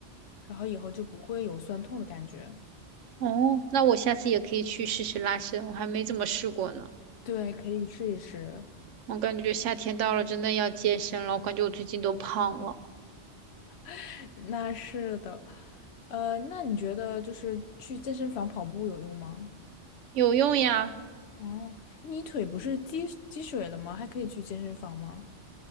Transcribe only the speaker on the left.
然后以后就不会有酸痛的感觉。
对，可以试一试。
<laughs> 那是的，呃，那你觉得就是去健身房跑步有用吗？
哦，你腿不是积积水了吗？还可以去健身房吗？